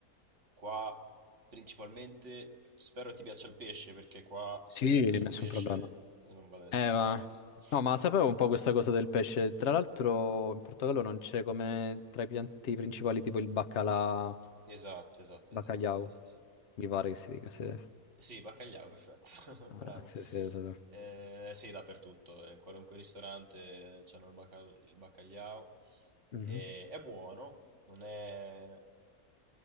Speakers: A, on the right (about 50°); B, on the left (about 55°).
A: qua principalmente spero ti piaccia il pesce, perché qua se
B: Sì,
A: non ti piace
B: nessun
A: il pesce
B: problema.
A: eh, non va da nessuna
B: Eh, ma...
A: parte. <laughs>
B: No, ma sapevo un po' questa cosa del pesce. Tra l'altro, in Portogallo non c'è come tra i pianti principali tipo il baccalà,
A: Esatto, esatto,
B: bacalhau,
A: esatto, sì, sì, sì.
B: mi pare che si dica. Se...
A: Sì, bacalliao, perfetto,
B: Ah,
A: <laughs> bravo.
B: se, se, se-
A: Eh, sì, dappertutto, eh, in qualunque ristorante c'hanno il, bacal- il bacalliao.
B: Mhm.
A: E- è buono, non è,